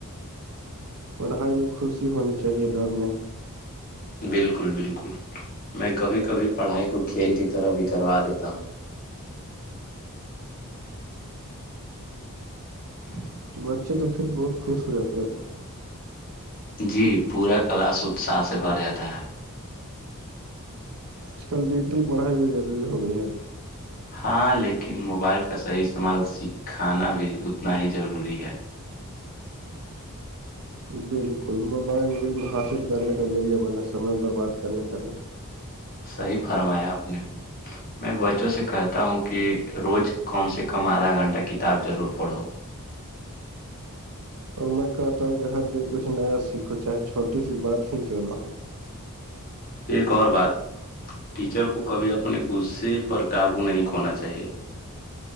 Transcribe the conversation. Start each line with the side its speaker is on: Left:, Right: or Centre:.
Right: پڑھائی میں خوشی ہونی چاہیے ڈر نہیں
Left: بالکل بالکل میں کبھی کبھی پڑھائی کو کھیل کی طرح بھی کروا دیتا ہو <inaudible>
Right: بچے تو پھر بہت خوش ہو جاتے ہیں
Left: جی پورا کلاس اتساہ سے بھر جاتا ہے
Right: آج کل ڈیجیٹل پڑھائی بھی ضروری ہو گئی ہے
Left: ہاں لیکن موبائل کا صحیح استعمال سکھانا بھی اتنا ہی ضروری ہے
Right: بالکل موبائل علم حاصل کرنے کا ذریعہ بیں سمے برباد کرنے کا نہیں
Left: صحیح فرمایا آپ نے میں بچوں سے کہتا ہوں کہ روز کم سے کم آدھا گھنٹہ کتاب ضرور پڑھو
Right: اور میں کہتا ہوں کہ ہر دن کچھ نیا سیکھو چاہے چھوٹی سی بات ہی کیوں نہ ہو
Left: ایک اور بات ٹیچر کو کبھی اپنے غصے پر قابو نہیں کھونا چاہیے